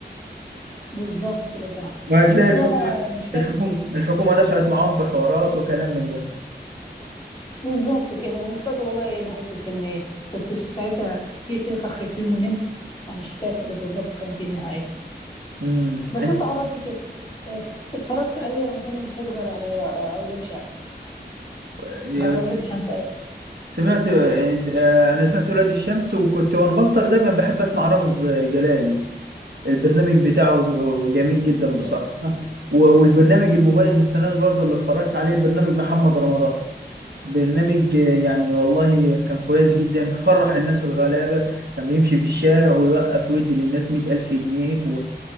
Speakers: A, on the left (about 35°); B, on the right (about 65°).
A: بالظبط كده صح
B: وهتلاقي
A: بس
B: الحكومة
A: بقى مش فاهم
B: الحكومة الحكومة دخلت معاهم في حوارات وكلام من ده
A: بالظبط كده ومش فاكر والله إيه نهاية الفيلم ايه كنت ساعتها جه كده في آخر الفيلم ونمت أنا مش فاكر بالظبط كانت ايه النهاية
B: امم
A: بس أنت عرفني كده إيه، اتفرجت عليه رمضان اللي فات غير على أولاد شقة
B: انت
A: غير أولاد الشمس آسف
B: سمعت آه، انت آه، انا سمعت ولاد الشمس وكنت وانا بفطر دايما بحب اسمع رامز آه، جلال البرنامج بتاعه آه، جميل جدا بصراحة
A: اه
B: و- والبرنامج المميز السنة دي برضه اللي اتفرجت عليه برنامج محمد رمضان برنامج آه، يعني والله كان كويس جدا فرح الناس الغلابة كان بيمشي في الشارع ويوقف ويدي للناس مئة ألف جنيه